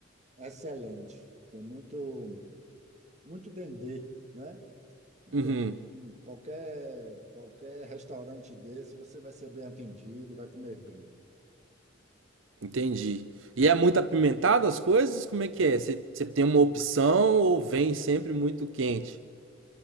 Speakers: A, on the right (about 35°); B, on the right (about 80°).
A: excelente. Tem muito, muito dendê, né? Então,
B: Uhum.
A: em qualquer, qualquer restaurante desse, você vai ser bem atendido, vai comer bem.
B: Entendi. E é muito apimentado as coisas? Como é que é? Você você tem uma opção ou vem sempre muito quente?